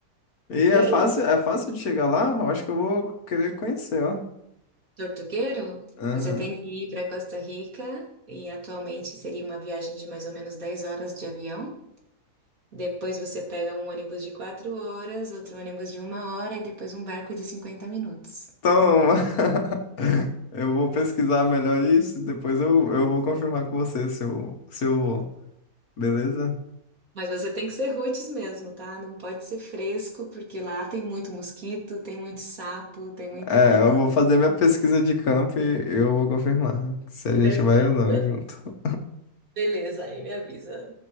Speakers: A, on the left; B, on the right.
A: E é
B: E
A: fácil,
B: é
A: é fácil de chegar lá? Eu acho que eu vou querer conhecer, ó.
B: Tortugueiro?
A: Aham.
B: Você tem que ir para Costa Rica e atualmente seria uma viagem de mais ou menos 10 horas de avião. Depois você pega um ônibus de 4 horas, outro ônibus de uma hora e depois um barco de 50 minutos.
A: Toma! <laughs> Eu vou pesquisar melhor isso, depois eu, eu vou confirmar com você se eu, se eu vou, beleza?
B: Mas você tem que ser roots mesmo, tá? Não pode ser fresco, porque lá tem muito mosquito, tem muito sapo, tem muita
A: É,
B: vida.
A: eu vou fazer minha pesquisa de campo e eu vou confirmar se a gente
B: Perfeito.
A: vai ou não junto.
B: Beleza, aí me avisa.